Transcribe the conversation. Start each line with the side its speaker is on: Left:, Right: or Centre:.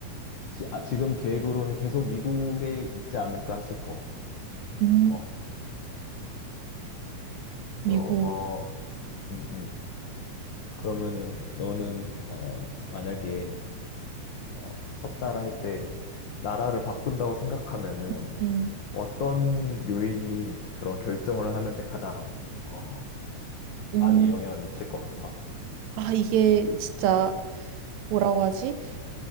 Left: 지, 아, 지금 계획으로는 계속 미국에 있지 않을까 싶어.
Right: 음,
Left: 어, 그럼
Right: 미국,
Left: 어, 음, 음. 그러면은 너는 어, 만약에 어, 석사를 할 때 나라를 바꾼다고 생각하면은
Right: 음, 음,
Left: 어떤 요인이 그런 결정을 하는데 가장 어,
Right: 음.
Left: 많이 영향을 미칠 것 같아?
Right: 아, 이게 진짜 뭐라고 하지?